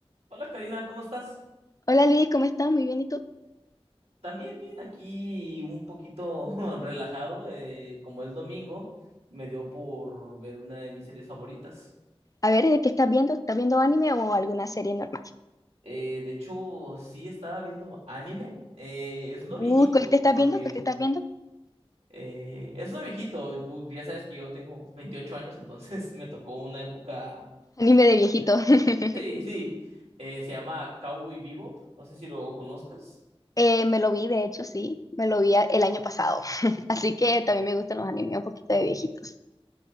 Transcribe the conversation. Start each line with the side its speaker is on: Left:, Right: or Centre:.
Right: Hola Karina, ¿cómo estás?
Left: Hola Luis, ¿cómo estás? Muy bien, ¿y tú?
Right: También bien, aquí un poquito <laughs> relajado, eh, como es domingo, me dio por ver una de mis series favoritas.
Left: A ver, ¿de qué estás viendo? ¿Estás viendo anime o alguna serie normal?
Right: Eh, de hecho, sí estaba viendo anime, eh, es uno
Left: Uy,
Right: viejito,
Left: ¿cuál te estás
Right: porque
Left: viendo? ¿Cuál te estás viendo?
Right: eh, es uno viejito, pu- ya sabes que yo tengo 28 años, entonces <laughs> me tocó una época
Left: Anime de viejito.
Right: donde...
Left: <laughs>
Right: Sí, sí, eh, se llama Cowboy Bebop, no sé si lo conozcas.
Left: Eh, me lo vi, de hecho, sí, me lo vi a- el año pasado. <laughs> Así que también me gustan los animes un poquito de viejitos.